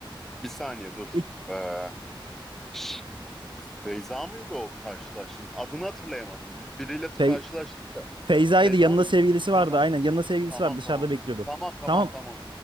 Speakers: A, in the centre; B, on the right.
A: Bir saniye dur.
B: İlk
A: Ee, şş, Feyza mıydı o karşılaştığımız? Adını hatırlayamadım. Bir, biriyle karşılaştık
B: Fey
A: da.
B: Feyza'ydı.
A: Feyza
B: Yanında
A: mıydı?
B: sevgilisi
A: Tamam.
B: vardı. Aynen yanında sevgilisi
A: Tamam
B: vardı. Dışarıda
A: tamam.
B: bekliyordu.
A: Tamam tamam
B: Tamam
A: tamam.